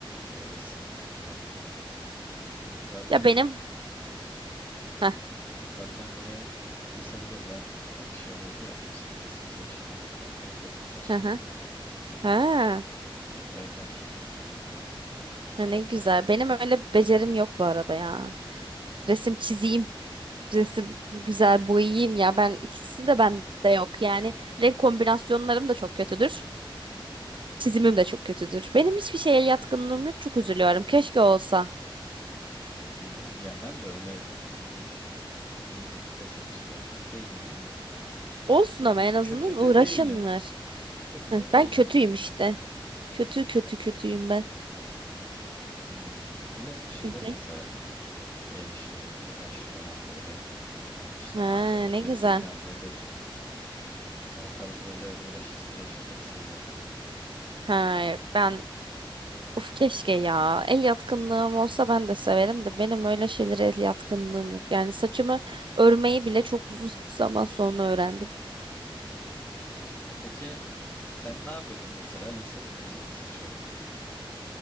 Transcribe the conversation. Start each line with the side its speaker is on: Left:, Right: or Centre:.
Left: Böyle resim falan. Zaten
Right: Ya benim... Heh,
Left: zaten böyle lisede de ben hani şey oluyordu ya müzik resim seçimi oluyordu. Ben hep resim seçerdim.
Right: hı hı. Ha,
Left: Evet benim çok hoşuma gidiyordu.
Right: ha, ne güzel. Benim öyle becerim yok bu arada ya. Resim çizeyim. Resim güzel boyayayım ya. Ben ikisi de bende yok. Yani renk kombinasyonlarım da çok kötüdür. Çizimim de çok kötüdür. Benim hiçbir şeye el yatkınlığım yok. Çok üzülüyorum. Keşke olsa.
Left: Ha, ya ben de öyle üf, iyi bir resim çizen biri değilim ama
Right: Olsun
Left: yani
Right: ama en azından
Left: kötü de
Right: uğraşınlar.
Left: değilim. Kötü
Right: Heh,
Left: de değilim
Right: Ben kötüyüm
Left: diyelim.
Right: işte. Kötü kötü kötüyüm ben.
Left: Hmm, öyle şeyleri
Right: <laughs>
Left: de severim ben. El işi, uğraş falan böyle. Hani işte
Right: Ha,
Left: makettir
Right: ne güzel.
Left: bilmem nedir. Yani o tarz böyle uğraş isteyen şeyleri seviyorum ya.
Right: Ha, ben uf keşke ya. El yatkınlığım olsa ben de severim de benim öyle şeylere el yatkınlığım yok. Yani saçımı örmeyi bile çok uzun <laughs> zaman sonra öğrendim.
Left: Hmm, E peki sen ne yapıyordun mesela? Lisede müzik mi seçiyordun?